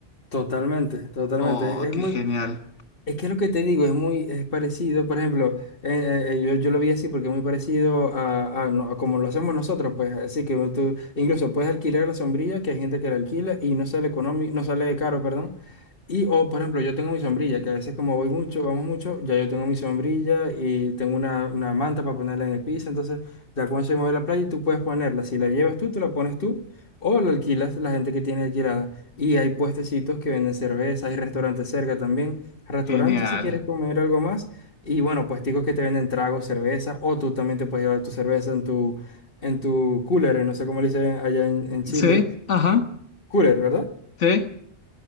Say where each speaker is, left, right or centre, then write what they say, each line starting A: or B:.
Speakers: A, on the left; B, on the left.
A: totalmente, totalmente.
B: Oh,
A: Es
B: qué
A: muy,
B: genial,
A: Es que lo que te digo es muy es parecido, por ejemplo, eh, eh, eh, yo, yo lo vi así porque es muy parecido a, a no- a como lo hacemos nosotros, pues así que tú incluso puedes alquilar la sombrilla, que hay gente que la alquila y no sale económico, no sale caro, perdón. Y, o por ejemplo, yo tengo mi sombrilla, que a veces como voy mucho, vamos mucho, ya yo tengo mi sombrilla y tengo una, una manta para ponerla en el piso, entonces ya cuando se mueve la playa y tú puedes ponerla, si la llevas tú, te la pones tú o la alquilas la gente que tiene alquilada. Y hay puestecitos que venden cerveza, hay restaurantes cerca también restaurante
B: genial.
A: si quieres comer algo más. Y bueno, puesticos que te venden tragos, cerveza, o tú también te puedes llevar tu cerveza en tu, en tu cooler, eh, no sé cómo le dicen allá en, en Chile.
B: Sí, ajá,
A: Cooler, ¿verdad?
B: sí.